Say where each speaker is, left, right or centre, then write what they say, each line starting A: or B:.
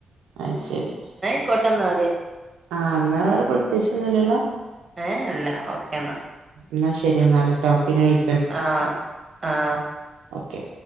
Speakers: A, on the right; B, on the right.
A: അഹ് ശരി
B: ക്കോട്ടന്നാല്
A: ആഹ് എന്നാ വേറെ പ്രത്യേകിച്ചൊന്നുല്ലല്ലോ
B: അഹ് ശരി ഏ ല്ല ഓക്കേ എന്നാ
A: ന്നാ ശരി ന്നാല് ട്ടോ പിന്നെ വിളി
B: ആഹ് ആഹ്
A: ഓക്കെ